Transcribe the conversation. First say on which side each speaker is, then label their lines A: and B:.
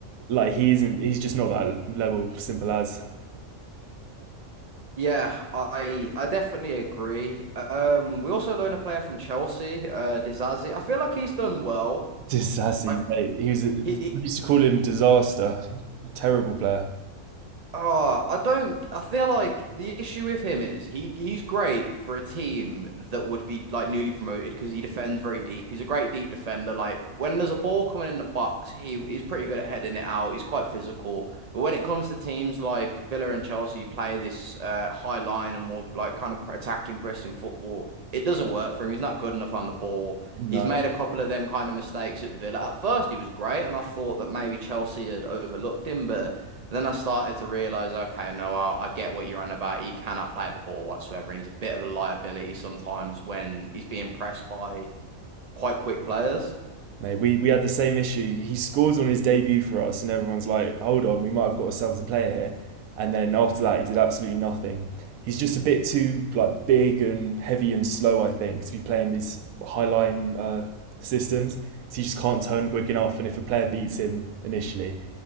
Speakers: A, on the right; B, on the right.
A: like he isn't. He's just not that level. Simple as
B: Yeah, I I definitely agree. Um, we also loaned a player from Chelsea, uh, Disasi. I feel like he's done well.
A: Disasi,
B: Like
A: mate. He was. A,
B: He, he,
A: we used to call
B: he-
A: him disaster, terrible player.
B: ah, I don't. I feel like the issue with him is he he's great for a team that would be like newly promoted because he defends very deep. He's a great deep defender. Like when there's a ball coming in the box, he he's pretty good at heading it out. He's quite physical. But when it comes to teams like Villa and Chelsea, who play this uh high line and more like kind of attacking, pressing football. It doesn't work for him. He's not good enough on the ball.
A: No.
B: He's made a couple of them kind of mistakes at Villa. At first, he was great, and I thought that maybe Chelsea had overlooked him, but. Then I started to realize, okay, no, I, I get what you're on about. He cannot play the ball whatsoever, and he's a bit of a liability sometimes when he's being pressed by quite quick players.
A: Mate, we, we had the same issue. He scores on his debut for us, and everyone's like, hold on, we might have got ourselves a player here. And then after that, he did absolutely nothing. He's just a bit too like big and heavy and slow, I think, to be playing these high line uh, systems. 'Cause He just can't turn quick enough, and if a player beats him initially,